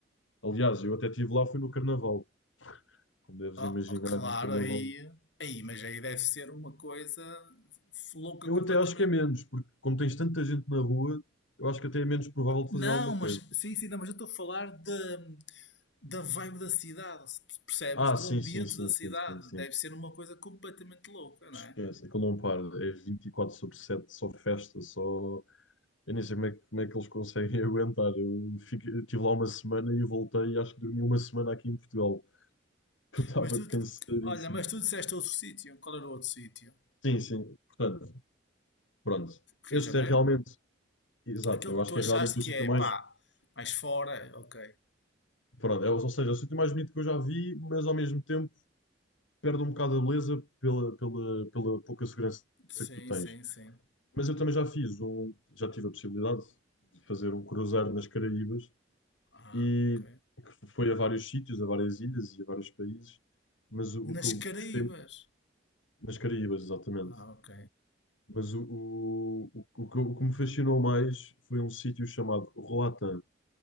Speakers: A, on the left (about 85°); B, on the left (about 70°).
A: Aliás, eu até estive lá, foi no Carnaval. Como deves
B: Oh,
A: imaginar,
B: oh, claro,
A: no Carnaval.
B: aí, aí, mas aí deve ser uma coisa f- louca
A: Eu
B: completamente.
A: até acho que é menos, porque como tens tanta gente na rua, eu acho que até é menos provável de
B: Não,
A: fazer alguma
B: mas
A: coisa.
B: sim, sim, não, mas eu estou a falar de, da vibe da cidade, se percebes?
A: Ah,
B: Do
A: sim,
B: ambiente
A: sim, sim,
B: da cidade.
A: sim, sim, sim.
B: Deve ser uma coisa completamente louca, não
A: Esquece,
B: é?
A: aquilo não para. É 24 sobre 7 só festa, só. Eu nem sei como é, que como é que eles conseguem <laughs> aguentar. Eu fiquei, eu estive lá uma semana e voltei e acho que dormi uma semana aqui em Portugal. <laughs> Eu estava
B: Mas tu,
A: cansadíssimo.
B: olha, mas tu disseste outro sítio. Qual era o outro sítio?
A: Sim, sim. Portanto, pronto.
B: Rio
A: Este
B: de Janeiro?
A: é realmente. Exato,
B: Aquele
A: eu
B: que
A: acho
B: tu
A: que
B: achaste
A: é realmente o
B: que
A: sítio
B: é,
A: mais.
B: pá, mais fora, ok.
A: Pronto, é, ou seja, é o sítio mais bonito que eu já vi, mas ao mesmo tempo perde um bocado a beleza pela, pela, pela pouca segurança
B: Sim,
A: que tu tens.
B: sim, sim.
A: Mas eu também já fiz um. Já tive a possibilidade de fazer um cruzeiro nas Caraíbas.
B: Ah,
A: e
B: ok.
A: que foi a vários sítios, a várias ilhas e a vários países, mas o,
B: Nas
A: o que eu
B: Caraíbas.
A: gostei nas Caraíbas, exatamente.
B: Ah, ok.
A: Mas o, o, o, o que o que me fascinou mais foi um sítio chamado Roatán,